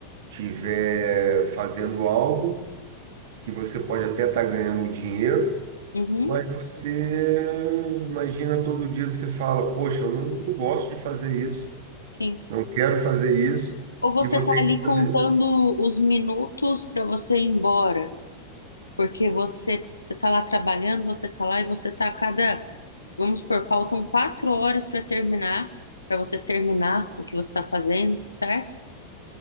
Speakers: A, on the right (about 55°); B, on the left (about 80°).
A: tiver fazendo algo que você pode até estar ganhando um dinheiro,
B: Uhum,
A: mas você imagina todo dia você fala, poxa, eu não, não gosto de fazer isso,
B: sim.
A: não quero fazer isso
B: Ou você
A: e vou
B: tá
A: ter
B: ali
A: que fazer.
B: contando os minutos para você ir embora. Porque você, você está lá trabalhando, você está lá e você está a cada, vamos supor, faltam quatro horas para terminar, para você terminar o que você está fazendo, certo?